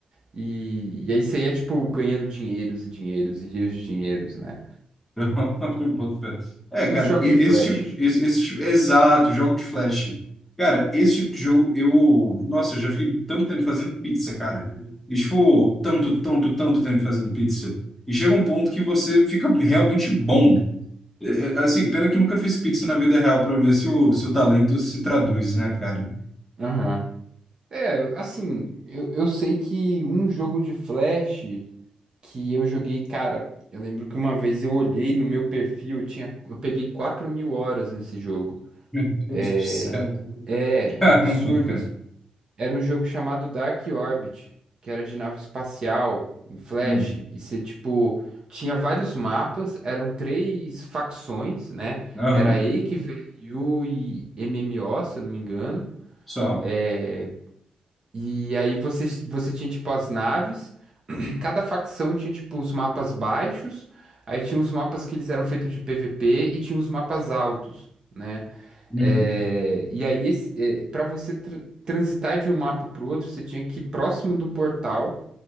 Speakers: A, on the right; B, in the centre.
A: e, e aí você ia, tipo, ganhando dinheiros e dinheiros e rios de dinheiros, né?
B: <laughs> Boto fé. É,
A: Os
B: cara,
A: jogos
B: e-
A: de flash.
B: esse tipo de, esse, esse tipo, exato, jogo de flash. Cara, esse tipo de jogo eu, nossa, eu já fiquei tanto tempo fazendo pizza, cara. E tipo, tanto, tanto, tanto tempo fazendo pizza. E chega um ponto que você fica realmente bom. É, é, assim, pena que eu nunca fiz pizza na vida real pra ver se o, se o talento se traduz, né, cara?
A: Aham. É, assim, eu, eu sei que um jogo de Flash que eu joguei, cara, eu lembro que uma vez eu olhei no meu perfil, eu tinha, eu peguei quatro mil horas nesse jogo.
B: Meu Deus
A: É,
B: do céu.
A: é
B: Caramba,
A: absurdo.
B: cara.
A: assim. Era um jogo chamado Dark Orbit, que era de nave espacial, em Flash,
B: Hum.
A: e você, tipo, tinha vários mapas, eram três facções, né?
B: Aham,
A: Era EIC, VRU e MMO, se eu não me engano
B: só.
A: É, e aí você, você tinha, tipo, as naves, <clears throat> cada facção tinha, tipo, os mapas baixos, aí tinha os mapas que eles eram feitos de PVP e tinha os mapas altos, né?
B: Uhum.
A: É, e aí, esse, é, para você tr- transitar de um mapa pro outro, você tinha que ir próximo do portal.